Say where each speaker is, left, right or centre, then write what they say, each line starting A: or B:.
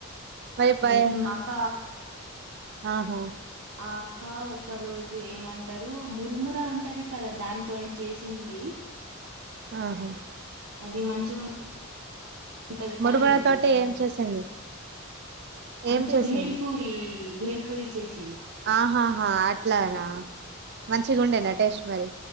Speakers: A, on the right; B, on the right.
A: మరి భయ
B: నకాక
A: ఆహా
B: ఆ అక్క ఒకక్క రోజు ఏమంటారు మురుముర ఉంటది కదా దానితోని చేసింది
A: ఆహా
B: అది మంచిగా ఉంటుంది
A: మురుముర
B: కానీ ఇ
A: తోటి
B: తెలుసాడి
A: ఏం చేసింది ఏం
B: అంటే
A: చేసింది
B: భేల్పూరి భేల్పూరి చేసు
A: ఆహాహా అట్లానా మంచిగా ఉండేనా టేస్ట్ మరి